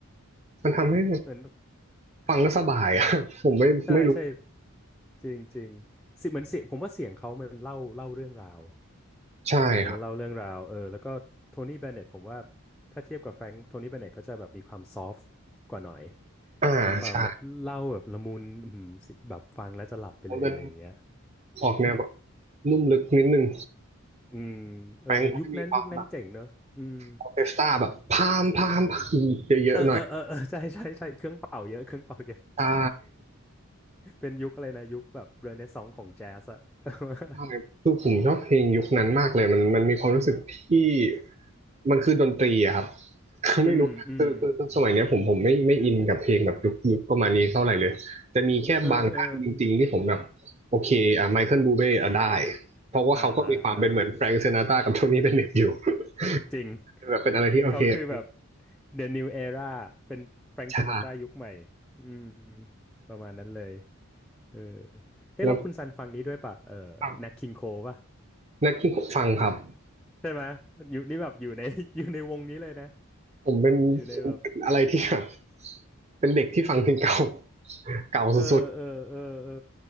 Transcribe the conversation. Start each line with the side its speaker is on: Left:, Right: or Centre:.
Right: มันทำให้
Centre: เหมือนแบบ
Right: ฟังแล้วสบายอ่ะ <laughs> ผมไม่ไม่รู้
Centre: ใช่ใช่จริงจริงเสิเหมือนเสียงผมว่าเสียงเขามันเล่าเล่าเรื่องราว
Right: ใช่ครับ
Centre: เสียงเขามันเล่าเรื่องราวเออแล้วก็โทนี่เบนเน็ตผมว่าถ้าเทียบกับแฟรงค์โทนี่เบนเน็ตเขาจะแบบมีความซอฟต์กว่าหน่อย
Right: อ่าใช่
Centre: มีความแบบเล่าแบบละมุนอืมแบบฟังแล้วจะหลับไปเลยอะไรอย่างเงี้ย
Right: เขาจะออกแนวแบบลุ่มลึกนิดนึง
Centre: <laughs> อืมเออยุคนั้นยุคนั้นเจ๋งเนอะอืม
Right: แฟรงค์ก็จะมีความแบบออร์เคสตราแบบพามพามพามเยอะๆหน่อย
Centre: เออเออเออเออใช่ใช่ใช่เครื่องเป่าเยอะเครื่องเป่าเยอะ
Right: ใช่
Centre: เป็นยุคอะไรนะยุคแบบเรเนซองส์ของแจ๊สอะ <laughs>
Right: ใช่คือผมชอบเพลงยุคนั้นมากเลยมันมันมีความรู้สึกที่มันคือดนตรีอะครับ <laughs>
Centre: อืมอืม
Right: ไม่รู้นะคือคือคือสมัยเนี้ยผมผมไม่ไม่อินกับเพลงแบบยุคยุคประมาณนี้เท่าไหร่เลยจะมีแค่บางท่านจริงๆที่ผมแบบ
Centre: เออเออ
Right: โอเคอ่ะไมเคิลบูเบ้อ่ะได้เพราะว่าเขาก็มีความเป็นเหมือนแฟรงก์ซินาตรากับโทนี่เบนเน็ตอยู่
Centre: อ่าอ่าอ่าจริง
Right: <laughs> แบบเป็นอะไรที่โอเคโอเค
Centre: เขาคือแบบ The New Era เป็นแฟรง k
Right: ใช่
Centre: ์ซินาตรายุคใหม่อืมประมาณนั้นเลยเออเฮ้แล้วคุณซันฟังนี้ด้วยป่ะเออ
Right: แล้วครับ
Centre: Nat King Cole ป่ะ
Right: นักฟังครับ
Centre: ใช่ไหมอยู่นี่แบบอยู่ใน <laughs> อยู่ในวงนี้เลยนะ
Right: ผมเป็นเป็นเป็นอะไรที่แบบ
Centre: อยู่ในแบบ
Right: เป็นเด็กที่ฟังเพลงเก่าเก่าสุด
Centre: เออเออเออเออ